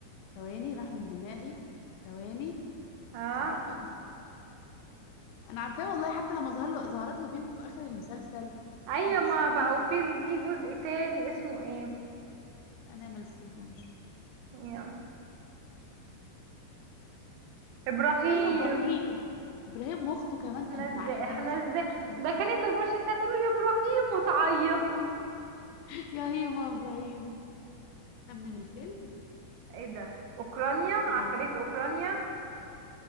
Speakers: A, on the left; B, on the right.
A: ثواني راح من دماغي ثواني
B: اه
A: مش عارفه مش فاكره انا عارفاه والله حتى لما ظهر له ظهرت له بنته في اخر المسلسل
B: ايوه
A: كان
B: ما
A: اسمه
B: بقى
A: ايه
B: وفي ليه جزء تاني اسمه ايه
A: انا مال سكيبونش
B: يعني. ابراهيم
A: ايوه ابراهيم ابراهيم واخته كمان كانت
B: احنا ازاي
A: معاه وده
B: احنا
A: المسلسل
B: ازاي
A: ده بحبه جدا
B: ده كانت 24 ساعه تقول له يا ابراهيم وتعيط
A: ابراهيم <laughs> يا هيما ابراهيم خمن الفيلم
B: ايه ده اوكرانيا
A: آه،
B: عفاريت اوكرانيا